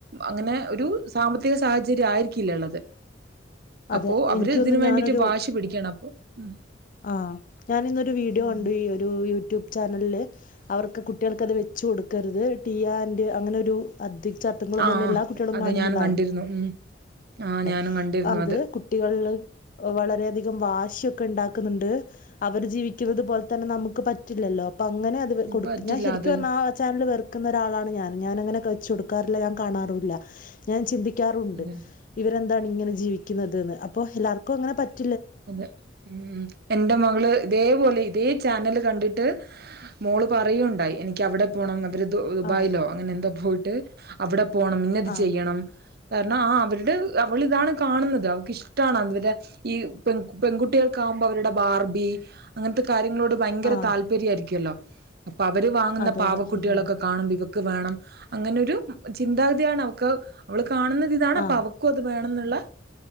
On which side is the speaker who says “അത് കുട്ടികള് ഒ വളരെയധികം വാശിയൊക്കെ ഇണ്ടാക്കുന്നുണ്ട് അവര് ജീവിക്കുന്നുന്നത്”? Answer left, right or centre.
Left